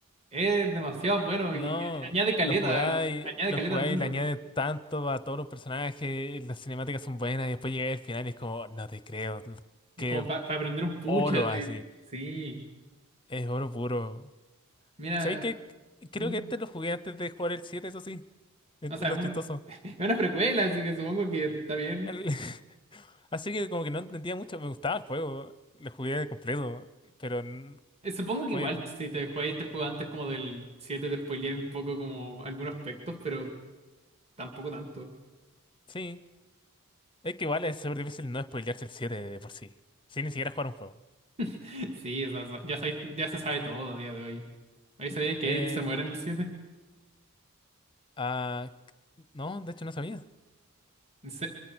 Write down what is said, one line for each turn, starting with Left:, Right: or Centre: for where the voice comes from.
Right: Es demasiado bueno
Left: No,
Right: y añade caleta,
Left: lo jugáis,
Right: al- añade
Left: lo
Right: caleta
Left: jugáis,
Right: al mundo.
Left: le añade tanto a todos los personajes, las cinemáticas son buenas, y después llega el final y es como, "Oh, no te creo, qué
Right: Es como para aprender un pucha,
Left: oro
Right: así.
Left: así.
Right: Sí.
Left: Es oro puro.
Right: Mira,
Left: ¿Sabes que Creo
Right: mm,
Left: que este lo jugué antes de jugar el 7, eso sí. Es
Right: o sea,
Left: lo
Right: un-
Left: chistoso.
Right: <laughs> es una precuela, así que supongo que está bien.
Left: El- <laughs> Así que como que no entendía mucho. Me gustaba el juego. Lo jugué completo. Pero n-
Right: Eh, Supongo que
Left: fue...
Right: igual si te juegas este juego antes como del 7 te spoilearé un poco como algunos aspectos, pero tampoco tanto.
Left: Sí. Es que igual es súper difícil no spoilearse el 7 de por sí. Sin ni siquiera jugar un juego.
Right: <laughs> Sí, o sea, so- ya, sabéis- ya se sabe todo a día de hoy. ¿Ahí sabía que
Left: Eh,
Right: Eric se muere en el siete
Left: ah, c- no, de hecho no sabía.
Right: En se-